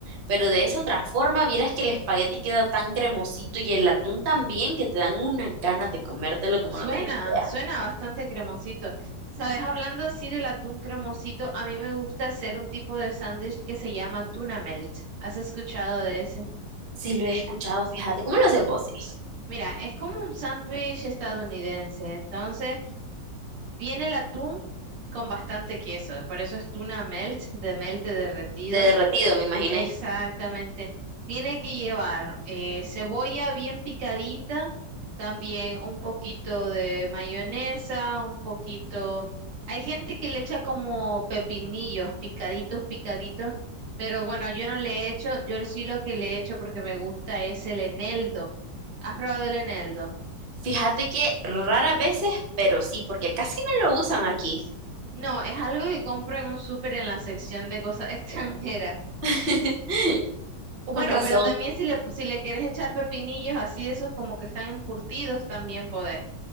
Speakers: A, on the right; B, on the right.
A: Pero de esa otra forma, vieras que el espagueti queda tan cremosito y el atún también que te dan unas ganas de comértelo como
B: Suena,
A: no tenés idea.
B: suena bastante cremosito. Sabes, hablando así del atún cremosito, a mí me gusta hacer un tipo de sándwich que se llama tuna melt. ¿Has escuchado de ese?
A: Sí, lo he escuchado, fíjate. ¿Cómo lo haces vos? sí?
B: Mira, es como un sándwich estadounidense. Entonces, viene el atún con bastante queso. Por eso es tuna melt, de melt de derretido.
A: De derretido, me imaginé.
B: Exactamente. Tiene que llevar eh, cebolla bien picadita, también un poquito de mayonesa, un poquito... Hay gente que le echa como pepinillos, picaditos, picaditos, pero bueno, yo no le echo, yo sí lo que le echo porque me gusta es el eneldo. ¿Has probado el eneldo?
A: Fíjate que raras veces, pero sí, porque casi no lo usan aquí.
B: No, es algo que compro en un súper en la sección de cosas <laughs> extranjeras.
A: <laughs>
B: O Bueno,
A: Con razón.
B: pero también si le, pu- si le quieres echar pepinillos así de esos como que están encurtidos, también podés.